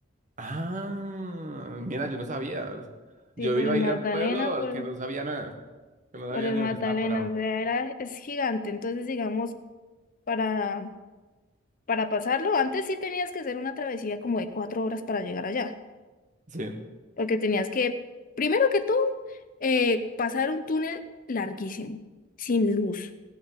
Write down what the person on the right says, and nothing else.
Ah, mira, yo no sabía. Yo
iba
a
ir a un pueblo
al que
no sabía nada, que no
sabía
ni
dónde estaba parado.
Sí,